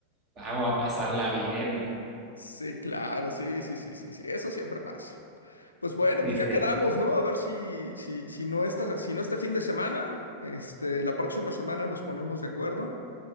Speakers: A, on the right (about 30°); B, on the left (about 75°).
A: vamos a pasarla bien, ¿no?
B: Sí, claro, sí, sí, sí, sí, sí. Eso siempre pasa. Pues bueno,
A: dice.
B: pues ya quedamos, ¿no? A ver si, si, si no esta, si no este fin de semana, este, la próxima semana nos ponemos de acuerdo